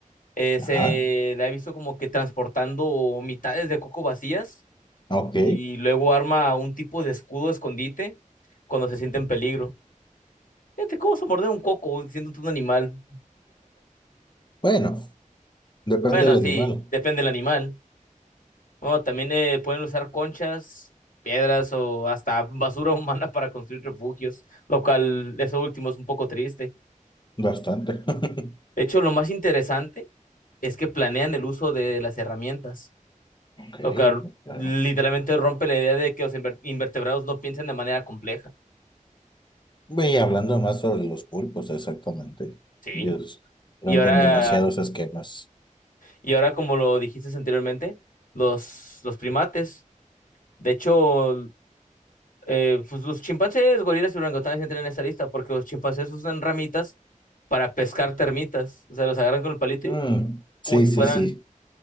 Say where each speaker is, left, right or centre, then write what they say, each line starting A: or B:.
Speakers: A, on the left (about 80°); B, on the left (about 35°).
A: Eh,
B: Ajá,
A: se la he visto como que transportando mitades de coco vacías
B: ok.
A: y luego arma un tipo de escudo escondite cuando se siente en peligro. Fíjate, ¿cómo se morder un coco siendo tú un animal?
B: Bueno, depende
A: Bueno,
B: del
A: sí,
B: animal,
A: depende del animal. Bueno, también eh, pueden usar conchas, piedras o hasta basura <laughs> humana para construir refugios, lo cual eso último es un poco triste.
B: bastante. <laughs>
A: De hecho, lo más interesante es que planean el uso de las herramientas.
B: Ok,
A: Lo que
B: claro.
A: literalmente rompe la idea de que los inver- invertebrados no piensan de manera compleja.
B: y hablando más sobre los pulpos, exactamente.
A: Sí.
B: Dios, rompen
A: Y ahora,
B: demasiados esquemas.
A: y ahora como lo dijiste anteriormente, los, los primates, de hecho, eh, pues los chimpancés, gorilas y orangutanes entran en esta lista porque los chimpancés usan ramitas para pescar termitas. O sea, los agarran con el palito
B: Mm,
A: y, uh,
B: sí,
A: como si
B: sí,
A: fueran,
B: sí.